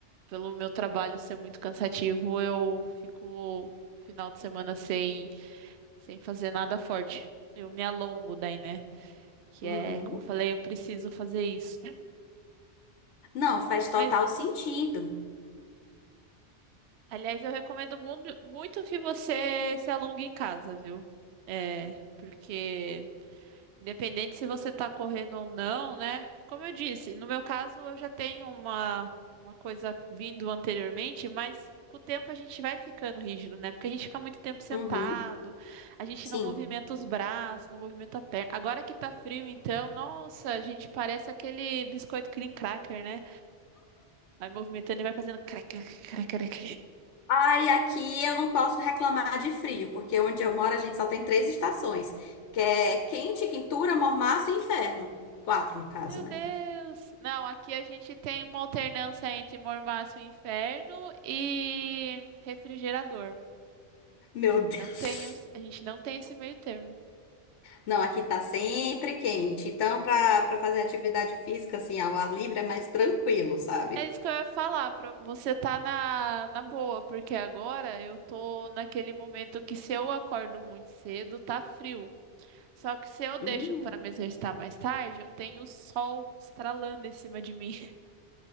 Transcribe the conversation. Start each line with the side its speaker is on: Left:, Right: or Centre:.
Right: pelo meu trabalho ser muito cansativo, eu fico final de semana sem, sem fazer nada forte. Eu me alongo daí, né? Que
Left: Uhum.
Right: é, como eu falei, eu preciso fazer isso.
Left: Não, faz total
Right: Mas,
Left: sentido.
Right: aliás, eu recomendo mu- muito que você se alongue em casa, viu? É, porque Independente se você está correndo ou não, né? Como eu disse, no meu caso eu já tenho uma, uma coisa vindo anteriormente, mas com o tempo a gente vai ficando rígido, né? Porque a gente fica muito tempo sentado,
Left: Uhum.
Right: a gente
Left: Sim.
Right: não movimenta os braços, não movimenta a perna. Agora que tá frio, então, nossa, a gente parece aquele biscoito cream cracker, né? Vai movimentando e vai fazendo crac, crac, crac, crac.
Left: Ai, aqui eu não posso reclamar de frio, porque onde eu moro a gente só tem três estações, que é quente, quintura, mormaço e inferno. Quatro, no caso,
Right: Meu
Left: né?
Right: Deus! Não, aqui a gente tem uma alternância entre mormaço e inferno e refrigerador.
Left: Meu
Right: A gente
Left: <laughs>
Right: não tem,
Left: Deus.
Right: os- a gente não tem esse meio termo.
Left: Não, aqui tá sempre quente. Então, pra, pra fazer atividade física, assim, ao ar livre é mais tranquilo, sabe?
Right: É isso que eu ia falar, pro- você tá na, na boa, porque agora eu tô naquele momento que se eu acordo muito cedo, tá frio. Só que se eu deixo
Left: Hum.
Right: para me exercitar mais tarde, eu tenho o sol estralando em cima de mim. <laughs>